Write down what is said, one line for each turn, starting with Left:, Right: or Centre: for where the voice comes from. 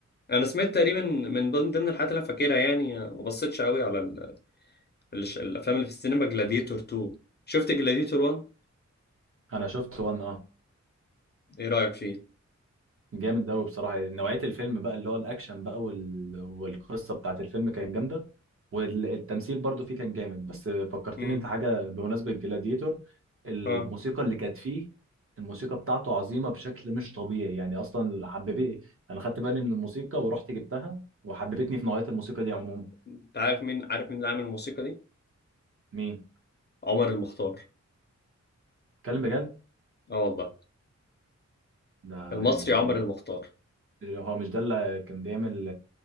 Left: انا سمعت تقريبا من ضمن ضمن الحاجات اللي انا فاكرها يعني ما بصيتش قوي على ال... ال... الافلام اللي في السينما جلاديتور 2 شفت جلاديتور 1
Right: انا شفت وان اه
Left: ايه رأيك فيه
Right: جامد قوي بصراحه يعني نوعيه الفيلم بقى اللي هو الاكشن بقى وال... والقصه بتاعت الفيلم كانت جامده والتمثيل برضو فيه كان جامد بس فكرتني
Left: امم
Right: انت حاجه بمناسبه جلاديتور الموسيقى
Left: اه
Right: اللي كانت فيه الموسيقى بتاعته عظيمه بشكل مش طبيعي يعني اصلا حبيبي انا خدت بالي من الموسيقى ورحت جبتها وحببتني في نوعيه الموسيقى دي عموما
Left: انت عارف مين عارف مين اللي عامل الموسيقى دي
Right: مين
Left: عمر المختار
Right: اتكلم بجد
Left: اه والله
Right: ده
Left: المصري
Right: يعني
Left: عمر المختار
Right: هو مش ده اللي كان بيعمل